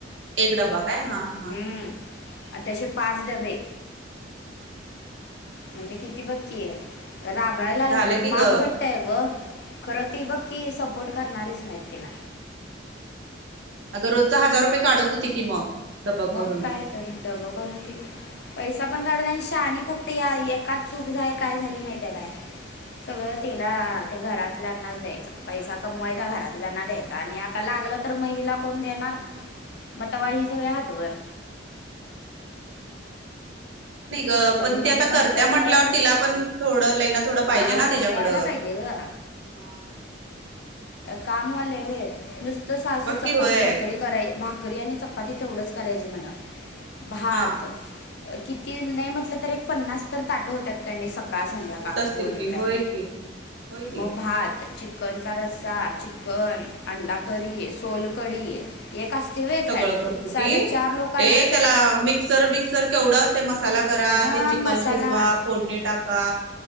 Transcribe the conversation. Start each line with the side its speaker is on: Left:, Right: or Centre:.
Right: एक डबा काय हा हा
Left: हम्म तसे पाच डबे
Right: <unintelligible>
Left: म्हणजे किती बक्की आहे राबाळायला लागल
Right: झालं की
Left: माप
Right: ग
Left: घट्ट आहे व खरं ती
Right: हा
Left: बघ की सपोर्ट करणारीच नाही तिला
Right: अगं रोजचा हजार रुपये काढत होते की मग डब्बा कडून
Left: मग काय तर डबं करून
Right: हा
Left: त पैसा पण काढून आणि शानी फक्त या एकाच चूक झाय काय झाली माहिित काय सगळं
Right: हम्म
Left: तिला ते घरात नाच द्यायच पैसा कमवायचा घरातल्यांना द्यायचा आणि आता लागलं तर महिला कोण देणार मग
Right: नाहीच
Left: तेव्हा ही
Right: की
Left: सगळे
Right: होय
Left: हातवर
Right: हम् नाही ग
Left: तरी
Right: पण
Left: नाही
Right: ती आता
Left: म्हटलं
Right: करत्या
Left: तर
Right: म्हंटल्यावर तिला पण थोडं लईना थोडं पाहिजे
Left: हां
Right: ना तिच्याकडं
Left: द्यायला पाहिजे ग
Right: ह
Left: कामवाले व नुसतं सासू
Right: बघ
Left: चपाती
Right: की होय
Left: भाकरी कराय भाकरी आणि चपाती तेवढंच करायची मला भात
Right: हा
Left: किती नाही
Right: हा
Left: म्हटलं तर एक पन्नास तर ताट होतात काय नाही स काळ संध्याकाळ
Right: होत असतील
Left: दोन मिटई
Right: की होय की होय की
Left: मग भात च चिकनचा रस्सा चिकन अंडा
Right: हम्म.
Left: सोलकडी एक असते वखट
Right: सगळं करत होती
Left: साध्या चार लोकांच
Right: ए त्याला मिक्सर बिक्सर केवढा असते मसाला करा
Left: हां
Right: ते चिकन
Left: मसाला
Right: शिजवा फोडणी टाका